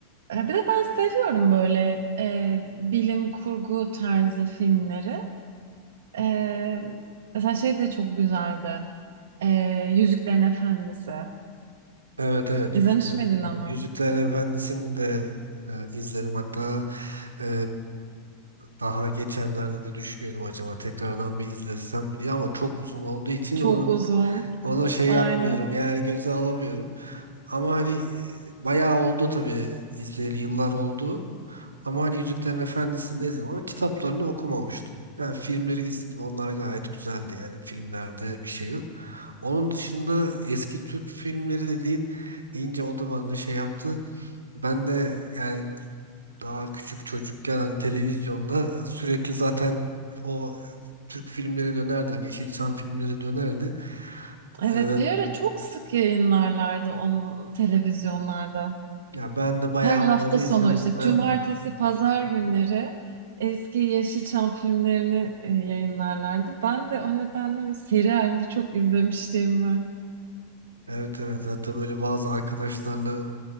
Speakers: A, on the right; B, on the right.
A: Ee, bir de ben seviyorum böyle e, bilim kurgu tarzı filmleri. Ee, mesela şey de çok güzeldi. Ee, Yüzüklerin Efendisi.
B: Evet evet
A: İzlemiş
B: Yüzüklerin
A: miydin
B: Efendisi.
A: onu?
B: Yüzüklerin Efendisi'ni de e, izledim hatta e, daha geçenlerde de düşünüyordum acaba tekrardan bir izlesem mi diye ama çok uzun olduğu için
A: Çok
B: onu
A: uzun.
B: onu şey
A: Aynen.
B: yapmıyorum yani göze alamıyorum. Ama hani e, bayağı oldu tabii izleyeli yıllar oldu. Ama hani Yüzüklerin Efendisi'ni de izledim ama kitaplarını okumamıştım. Ben filmleri izledim. Onlar gayet güzeldi yani. Filmlerde bir şey yok. Onun dışında eski Türk filmleri dediğin deyince o da bana şey yaptı. Ben de yani daha küçük çocukken hani televizyonda sürekli zaten o Türk filmleri dönerdi. Hani Yeşilçam filmleri dönerdi.
A: Evet
B: Ee,
A: bir ara çok sık yayınlarlardı onu televizyonlarda.
B: ya ben de bayağı
A: Her hafta
B: onları izledim.
A: sonu işte
B: Ha.
A: cumartesi, pazar günleri eski Yeşilçam filmlerini e, yayınlarlardı. Ben de o nedenle bir seri halinde çok izlemişliğim var.
B: Evet evet hatta böyle bazı arkadaşlarla